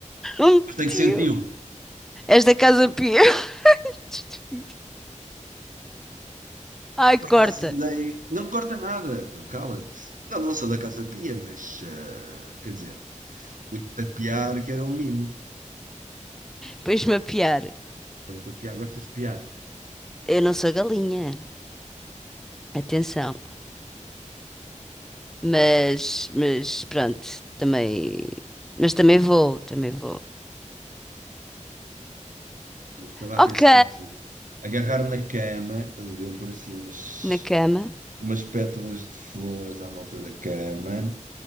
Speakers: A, in the centre; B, on the right.
A: Um
B: Mas tem
A: tio.
B: que ser tio.
A: És da Casa Pia. <laughs> Ai,
B: Por acaso
A: corta.
B: andei. Não corta nada, pô, cala-te. Não, não sou da Casa Pia, mas. eh, quer dizer, põe-te a piar, que era um mimo.
A: Pões-me a piar.
B: Põe-te a piar, gostas de piar.
A: Eu não sou galinha. Atenção. Mas, mas pronto. Também. Mas também vou. Também vou.
B: Pronto, Estava a
A: Ok.
B: pensar assim. Agarrar na cama, estás a ver, por assim umas,
A: Na cama.
B: umas pétalas de flores à volta da cama,